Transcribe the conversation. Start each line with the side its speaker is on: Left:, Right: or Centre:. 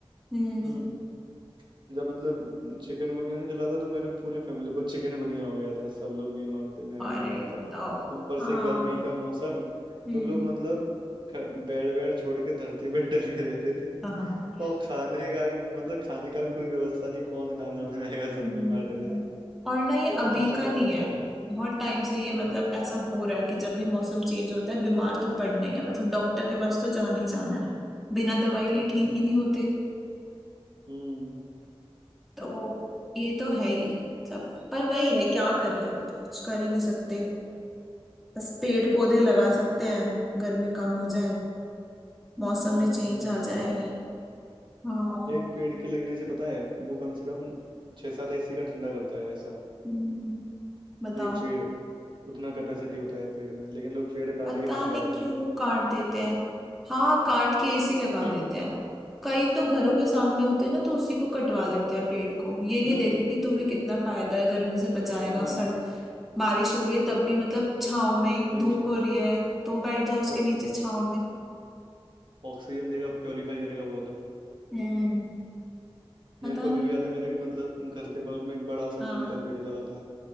Right: हम्म
Centre: हम्म
Right: जब मतलब चिकन गुनिया ने चला था तो मेरे पूरे फैमिली को चिकन गुनिया हो गया था सब लोग बीमार थे मैं
Centre: अरे
Right: भी बीमार
Centre: बताओ
Right: था ऊपर
Centre: हाँ
Right: से गर्मी का मौसम
Centre: हम्म
Right: तो लोग मतलब ख- बेड वेड छोड़ के धरती पे डले <laughs> रहते थे
Centre: <laughs>
Right: और खाने का भी मतलब खाने का भी कोई व्यवस्था नहीं कौन खाना बनाएगा सब
Centre: हम्म
Right: बीमार डले हैं।
Centre: और ना ये
Right: इतना
Centre: अभी
Right: हालत
Centre: का नहीं
Right: खराब
Centre: है
Right: हो गया था
Centre: बहुत टाइम
Right: हम्म
Centre: से ये मतलब ऐसा हो रहा है कि जब भी मौसम चेंज होता है बीमार तो पड़ना ही है मतलब डॉक्टर के पास तो जाना ही जाना है बिना दवाई लिए
Right: हम्म
Centre: ठीक ही नहीं होते
Right: हम्म
Centre: तो ये तो है ही मतलब पर वही है क्या करें अब कुछ कर ही नहीं सकते बस पेड़ पौधे लगा
Right: पता
Centre: सकते
Right: है।
Centre: हैं गर्मी कम हो जाए मौसम
Right: हम्म
Centre: में चेंज
Right: वही
Centre: आ जाए
Right: तो
Centre: हाँ
Right: एक पेड़ के लगने से पता है वो कम से कम छह सात एसी का ठंडा करता है ऐसा
Centre: हम्म, बताओ
Right: एक पेड़ उतना कैपेसिटी होता है पेड़ में लेकिन लोग पेड़ काट
Centre: पता
Right: के एसी
Centre: नहीं
Right: लगाते
Centre: क्यों
Right: हैं बता
Centre: काट देते हैं हाँ काट के एसी लगा
Right: <clears throat>
Centre: देते हैं कई तो घरों के सामने होते हैं ना तो उसी को कटवा देते हैं पेड़ को ये नहीं
Right: हम्म
Centre: देख रहे कि तुम्हें कितना फायदा है गर्मी से बचाएगा
Right: हाँ
Centre: सर्द बारिश हो रही है तब भी मतलब छाव में
Right: वही
Centre: धूप
Right: तो
Centre: हो रही है तो बैठ जाओ उसके
Right: सब
Centre: नीचे छाव में
Right: ऑक्सीजन देगा प्योरीफाई करेगा वो अलग
Centre: हम्म पता
Right: मेरे को अभी
Centre: नहीं
Right: भी याद है मेरे के मतलब घर के बगल में एक बड़ा सा
Centre: हाँ
Right: नीम का पेड़ लगा था